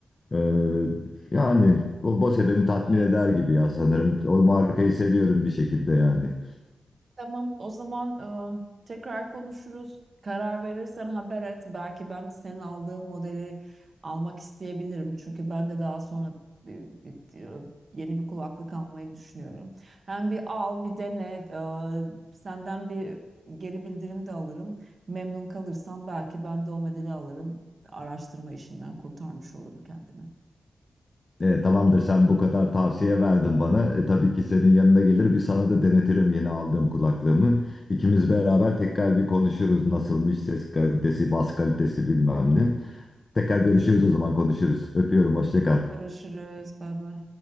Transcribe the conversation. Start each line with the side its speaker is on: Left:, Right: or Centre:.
Left: Ee, yani o Bose beni tatmin
Right: Evet.
Left: eder gibi ya sanırım. O markayı seviyorum bir şekilde yani.
Right: Tamam, o zaman e, tekrar konuşuruz. Karar verirsen haber et. Belki ben senin aldığın modeli almak isteyebilirim. Çünkü ben de daha sonra e, bir- e, yeni bir kulaklık almayı düşünüyorum. Hem bir al, bir dene. e, senden bir geri bildirim de alırım. Memnun kalırsam belki ben de o modeli alırım. Araştırma işinden kurtarmış olurum kendimi.
Left: E, tamamdır sen bu kadar tavsiye verdin bana. E, tabii ki senin yanına gelir bir sana da denetirim yeni aldığım kulaklığımı. İkimiz beraber tekrar bir konuşuruz nasılmış ses kalitesi, bas kalitesi bilmem ne. Tekrar görüşürüz o zaman konuşuruz. Öpüyorum hoşça kal.
Right: Görüşürüz. Bay bay.